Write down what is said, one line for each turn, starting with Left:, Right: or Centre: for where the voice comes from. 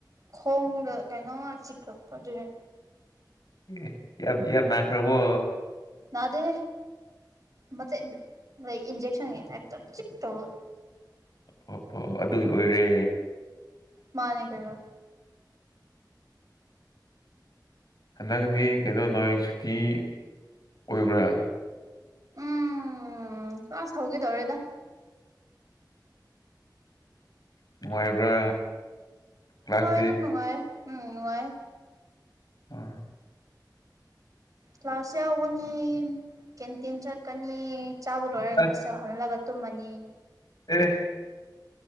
Right: ꯈꯣꯡꯗꯥ ꯀꯩꯅꯣꯃ ꯆꯤꯛꯂꯛꯄ ꯑꯗꯨꯒꯤ
Left: ꯑꯦ ꯌꯥꯝ ꯌꯥꯝꯅꯥꯈ꯭ꯔꯕꯣ
Right: ꯅꯗꯦꯍꯦ ꯃꯆꯦꯛ ꯏꯟꯖꯦꯛꯁꯟꯒꯤ ꯇꯥꯞ ꯇꯥ ꯆꯤꯛ ꯇꯧꯕ
Left: ꯑꯣ ꯑꯣ ꯑꯗꯨꯒꯤ ꯑꯣꯏꯔꯦ
Right: ꯃꯥꯅꯦ ꯀꯩꯅꫭ
Left: ꯍꯟꯗꯛꯗꯤ ꯀꯩꯅꯣ ꯅꯣꯏ ꯁꯨꯇꯤ ꯑꯣꯏꯕ꯭ꯔꯥ
Right: ꯎꯝ ꯀ꯭ꯂꯥꯁ ꯍꯧꯒꯦ ꯇꯧꯔꯦꯗ
Left: ꯅꯨꯡꯉꯥꯏꯕ꯭ꯔꯥ ꯀ꯭ꯂꯥꯁꯇꯤ
Right: ꯍꯣꯏ ꯑꯗꯨꯝ ꯅꯨꯡꯉꯥꯏꯌꯦ ꯎꯝ ꯅꯨꯡꯉꯥꯏꯌꯦ
Left: ꯑꫭ
Right: ꯀ꯭ꯂꯥꯁ ꯌꯥꯎꯒꯅꯤ ꯀꯦꯟꯇꯤꯟ ꯆꯠꯀꯅꯤ ꯆꯥꯕ ꯂꯣꯏꯔꯦ
Left: ꯑꯁ
Right: ꯍꫭꯁꯇꯦꯜ ꯍꯜꯂꯒ ꯇꯨꯝꯃꯅꯤ
Left: ꯑꯦ